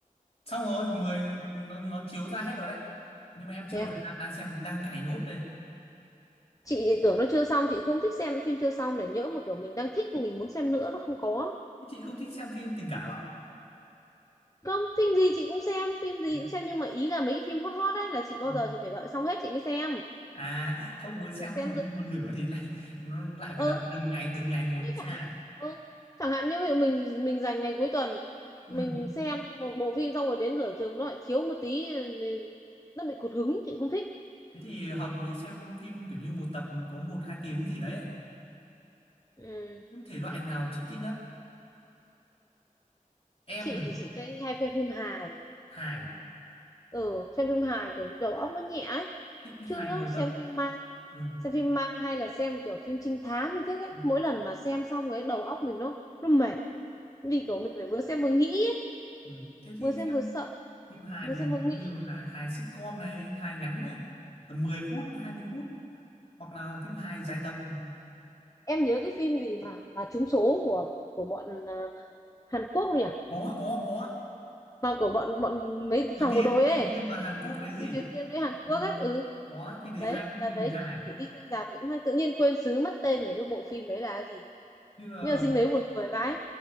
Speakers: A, on the left; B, on the left.
A: xong rồi mười nó nó chiếu ra hết rồi đấy nhưng mà em chưa
B: thế à
A: có thời gian đang xem đang cày nốt đây
B: chị tưởng nó chưa xong chị không thích xem phim chưa xong để nhỡ mà kiểu mình đang thích mình muốn xem nữa nó không có
A: Thế chị không thích xem phim tình cảm à?
B: không phim gì chị cũng xem phim gì
A: Dạ.
B: cũng xem nhưng mà ý là mấy cái phim hot hot ấy là chị bao
A: vâng.
B: giờ chị phải đợi xong hết chị mới xem
A: à không muốn xem
B: rồi xem
A: một,
B: giữa
A: một
B: chừng
A: nửa thì lại nó lại phải
B: ừ
A: đợi từng ngày từng ngày một
B: Chứ
A: mới ra
B: chẳng hạn ừ. chẳng hạn như ví dụ mình mình dành ngày cuối tuần
A: ừ.
B: mình xem một bộ phim xong rồi đến rửa chừng nó lại thiếu một tí thì nó bị cụt hứng chị không thích
A: thế thì hợp với xem phim kiểu như một tập có một hai tiếng gì đấy
B: ừ
A: những thể loại nào chị thích nhất em
B: chị
A: là
B: thì chị thấy hay xem phim hài
A: hài
B: ừ xem phim hài kiểu đầu óc nó nhẹ ấy
A: thích
B: chứ
A: hài
B: nhá
A: nhiều
B: xem
A: tập
B: phim ma
A: ừ.
B: xem phim ma hay là xem kiểu phim trinh thám như thế ấy
A: Ừ.
B: mỗi lần mà xem xong cái đầu óc mình nó nó mệt vì kiểu mình phải vừa xem vừa nghĩ ấy.
A: Ừ. thế thì
B: vừa xem
A: xem
B: vừa sợ
A: phim hài
B: vừa
A: thì
B: xem vừa nghĩ
A: có nhiều hài hài sitcom này hài ngắn này tầm mười phút hai mươi phút hoặc là phim hài dài tập
B: em nhớ cái phim gì mà mà trúng số của của bọn à, Hàn Quốc không nhỉ
A: có có có
B: mà của bọn bọn mấy
A: Triều
B: thằng
A: Tiên
B: bộ đội
A: Triều
B: ấy
A: Tiên và Hàn Quốc đấy gì
B: người Triều Tiên với Hàn
A: ừ.
B: Quốc ấy ừ
A: có phim đấy
B: đấy
A: hay
B: đợt
A: phim
B: đấy
A: đấy hài
B: chị, chị đi xem rạp thì cũng hay tự nhiên quên xứ mất tên của cái bộ phim đấy là gì
A: như là
B: nhưng mà phim đấy buồn cười vãi